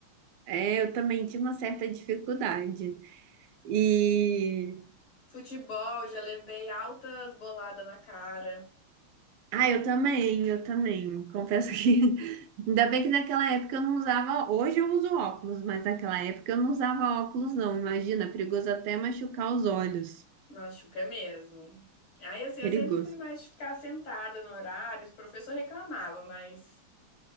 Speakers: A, on the right; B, on the left.
A: É, eu também tinha uma certa dificuldade. E
B: Futebol, já levei altas boladas na cara.
A: Ah, eu também, eu também. Confesso que <laughs> ainda bem que naquela época eu não usava. Hoje eu uso óculos, mas naquela época eu não usava óculos, não. Imagina, perigoso até machucar os olhos.
B: Machuca mesmo. Aí, assim, eu
A: Perigoso.
B: sempre fui mais de ficar sentada no horário. Os professores reclamavam, mas.